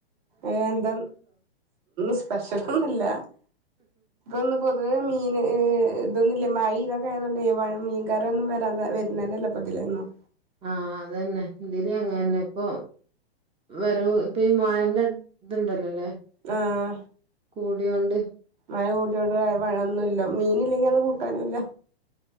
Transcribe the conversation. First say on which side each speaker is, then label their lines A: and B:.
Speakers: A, on the right; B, on the right.
A: എന്താ സ്പെഷ്യലൊന്നുല്ല ഇന്ന് പൊതുവേ മീൻ ഇതൊന്നുല്ലാ മഴ ഇതൊക്കെ ആയതുകൊണ്ട് മീൻകാരൊന്നും വരാ വരുന്നണ്ടല്ലോപ്പതിലന്നും
B: ആഹ അതന്നെ ഇതിലിം അങ്ങനെന്നെ ഇപ്പൊ വരവ് പ്പെ ഈ മയേന്റെ ഇതുണ്ടല്ലോല്ലേ
A: ആഹാ
B: കൂടിയോണ്ട്
A: മഴ കൂടിയോണ്ട് മഴൊന്നുല്ല മീന് ഇല്ലെങ്കിൽ അന്നു കൂട്ടാനുംല്ല